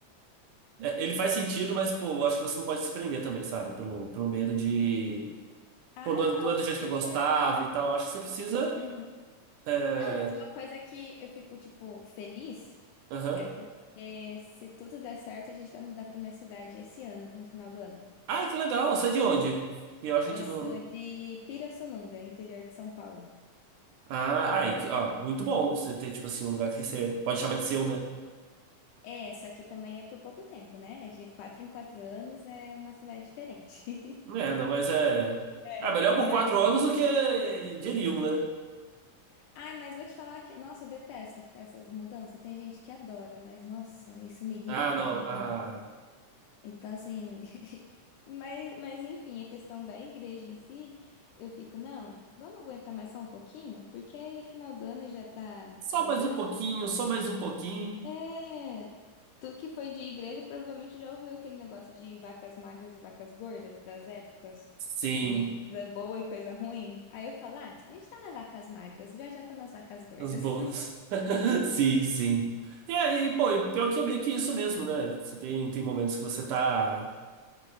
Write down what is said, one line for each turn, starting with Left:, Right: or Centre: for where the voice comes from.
Right: É, ele faz sentido, mas, pô, eu acho que você não pode se prender também, sabe? Pelo, pelo medo de.
Left: ah,
Right: Pô, não
Left: não,
Right: é, não é do
Left: com
Right: jeito que
Left: certeza.
Right: eu gostava e tal. Acho que você precisa.
Left: Uhum.
Right: É...
Left: Não, mas uma coisa que eu fico, tipo, feliz
Right: Aham.
Left: é porque se tudo der certo, a gente vai mudar para minha cidade esse ano, no final do ano.
Right: Ai, que legal! Você é de onde? E eu acho que a gente
Left: Eu sou
Right: não.
Left: de Pirassununga, interior de São Paulo.
Right: Ah, ai, que... ó, muito bom você ter, tipo assim, um lugar que você pode chamar de seu, né?
Left: É, só que também é por pouco tempo, né? É de quatro em quatro anos, é uma cidade diferente. <laughs>
Right: É, não, mas é.
Left: É,
Right: Ah, melhor
Left: Mas.
Right: por quatro anos do que de nenhum, né?
Left: Ai, mas vou te falar que, nossa, eu detesto ficar essas mudanças. Tem gente que adora, mas nossa, isso me irrita
Right: Ah,
Left: profundamente.
Right: não. Ah,
Left: Então, assim, <laughs> mas, mas enfim, a questão da igreja em si, eu fico, não, vamos aguentar mais só um pouquinho, porque aí final do ano já tá
Right: só
Left: chegando.
Right: mais um pouquinho, só mais um pouquinho.
Left: É, tu que foi de igreja provavelmente já ouviu aquele negócio de vacas magras e vacas gordas das épocas,
Right: Sim.
Left: de coisa boa e coisa ruim. Aí eu falo, ah, a gente tá nas vacas magras, já já tá nas vacas gordas.
Right: As boas.
Left: <laughs>
Right: <laughs> Sim, sim. E aí, pô, e pior que é meio que isso mesmo, né? Você tem, tem momentos que você tá